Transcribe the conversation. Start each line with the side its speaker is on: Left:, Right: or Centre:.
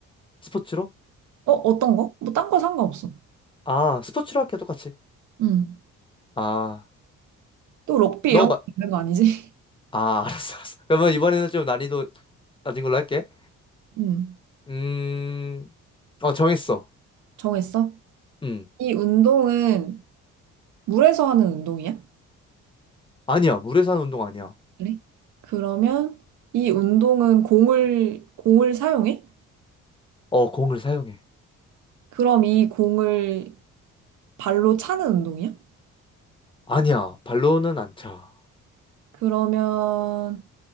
Left: 스포츠로?
Right: 어, 어떤 거? 뭐, 딴 거 상관없어.
Left: 아, 스포츠로 할게, 똑같이.
Right: 음.
Left: 아,
Right: 또 럭비 이런
Left: 너가,
Right: 거
Left: 마-
Right: 있는 거 아니지?
Left: 아, <laughs> 알았어, 알았어. 그러면 이번에는 좀 난이도 낮은 걸로 할게.
Right: <laughs> 음.
Left: 음, 어, 정했어.
Right: 정했어?
Left: 응.
Right: 이 운동은 물에서 하는 운동이야?
Left: 아니야. 물에서 하는 운동 아니야.
Right: 그래? 그러면 이 운동은 공을, 공을 사용해?
Left: 어, 공을 사용해.
Right: 그럼 이 공을 발로 차는 운동이야?
Left: 아니야. 발로는 안 차.
Right: 그러면